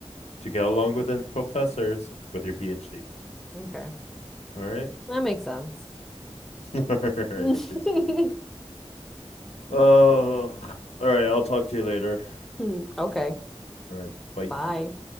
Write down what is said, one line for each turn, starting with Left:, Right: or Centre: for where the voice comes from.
Left: to get along with the professors with your PhD.
Centre: Okay.
Left: All right.
Centre: That makes sense.
Left: <laughs> All right.
Centre: <laughs>
Left: Oh, all right. I'll talk to you later.
Centre: Hmm, okay.
Left: All right. Bye.
Centre: Bye.